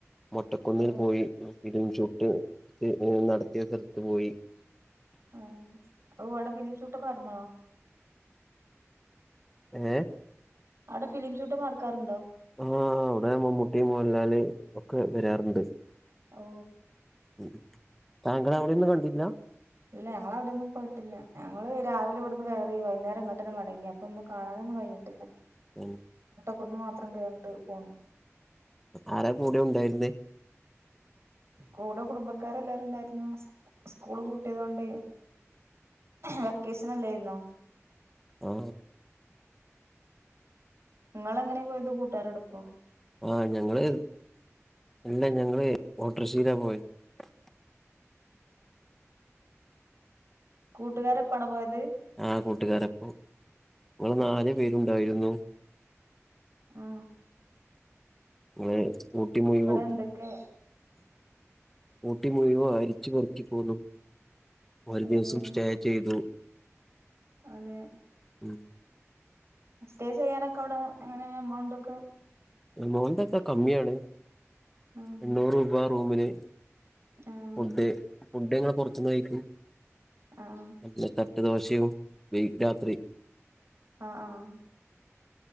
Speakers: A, in the centre; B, on the right (about 60°).
A: മൊട്ടക്കുന്നിൽ
B: ഓ
A: പോയി ഫിലിം ഷൂട്ട് നടത്തിയ സ്ഥലത്ത് പോയി
B: ആഹ അവിടെ ഫിലിംഷൂട്ടൊക്കെ നടന്നോ
A: ഏ
B: അവിടെ ഫിലിം ഷൂട്ട് നടക്കാറുണ്ടോ
A: ആ അവിടെ മമ്മൂട്ടി മോഹൻലാല് ഒക്കെ വരാറുണ്ട്
B: ഓ
A: ഉം. താങ്കൾ അവിടെയൊന്നും കണ്ടില്ല
B: ഇല്ല ഞങ്ങള് അവിടൊന്നും പോയിട്ടില്ല ങ്ങങ്ങള് രാവിലിവിടുന്ന് കയറി വൈന്നേരം ഇങ്ങോട്ടെന്നെ മടങ്ങി അപ്പൊന്നും കാണാനൊന്നും കഴിഞ്ഞിട്ടില്ല
A: <unintelligible>
B: കുന്ന് മാത്രം കേറിണ്ട് പോന്നു
A: ആരാ കൂടെ ഉണ്ടായിരുന്നെ
B: കൂടെ കുടുംബക്കാരെല്ലാരും ഉണ്ടായിരുന്നു സ്കൂള് പൂട്ടിയതൊണ്ടെ വെക്കേഷൻ അല്ലായിരുന്നോ
A: ആ
B: നിങ്ങൾ എങ്ങനെയാ പോയത് കൂട്ടുകാരൊടൊപ്പമോ
A: ആ ഞങ്ങള് ഇല്ല ഞങ്ങള് ഓട്ടറ ഷേ ജീരാപയി <unintelligible>
B: കൂട്ടുകാരൊപ്പമാണോ പോയത്
A: ആ കൂട്ടുകാരപ്പൊ ഞങ്ങൾ നാല് പേരുണ്ടായിരുന്നു
B: ആ
A: ആ ഊട്ടി മുഴുവും
B: എന്തൊക്കെ
A: ഊട്ടി മുഴുവ ആയി പറക്കി പോന്നു <unintelligible> ഒരു
B: ഏഹ്
A: ദിവസം സ്റ്റേ ചെയ്തു
B: അതെ
A: ഉം
B: സ്റ്റേ ചെയ്യാനൊക്കെ അവിടെ എങ്ങനെ എമൗണ്ട് ഒക്കെ
A: മോന്തക്ക കമ്മിയാണ്
B: ആഹ്
A: എണ്ണൂറ് രൂപാ റൂമിന്
B: ആഹ്
A: ഫുഡ് ഫുഡ് ഞങ്ങൾ പുറത്തു നിന്ന് കഴിക്കും
B: ആഹ്
A: നല്ല തട്ടു ദോശയും <unintelligible> രാത്രി
B: ആഹ് ആഹ്